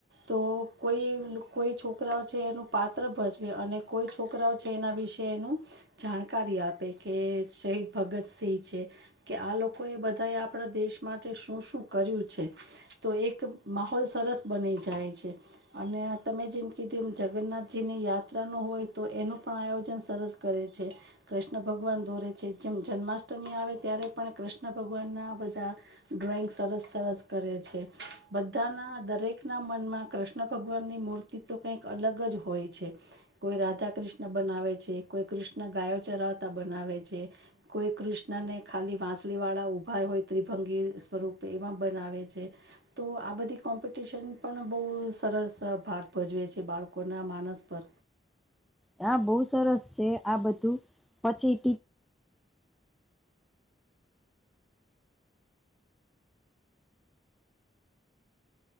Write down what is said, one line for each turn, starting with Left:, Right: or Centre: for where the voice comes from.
Right: તો કોઈ કોઈ છોકરાઓ છે એનું પાત્ર ભજવે અને કોઈ છોકરાઓ છે એના વિશે એનું જાણકારી આપે કે શહીદ ભગતસિંહ છે કે આ લોકોએ બધાએ આપણા દેશ માટે શું શું કર એક માહોલ સરસ બની જાય છે અને તમે જેમ કીધું જગન્નાથજીની યાત્રા ન હોય તો એનું પણ આયોજન સરસ કરે છે કૃષ્ણ ભગવાન દોરે છે જેમ જન્માષ્ટમી આવે ત્યારે પણ કૃષ્ણ ભગવાન ના બધા ડ્રોઈંગ સરસ સરસ કરે છે બધાના દરેક ના મનમાં કૃષ્ણ ભગવાનની મૂર્તિ તો કંઈક અલગ જ હોય છે કોઈ રાધા કૃષ્ણ બનાવે છે, કોઈ કૃષ્ણ ગાયો ચરાવ બનાવે છે કોઈ કૃષ્ણને ખાલી વાંસળીવાળા ઉભા હોય ત્રિભંગી સ્વરૂપ એમાં બનાવે છે તો આ બધી કોમ્પિટિશન પણ બહુ સરસ ભાગ ભજવે છે બાળકો ના માનસ પર
Centre: હા બહુ સરસ છે આ બધું પછી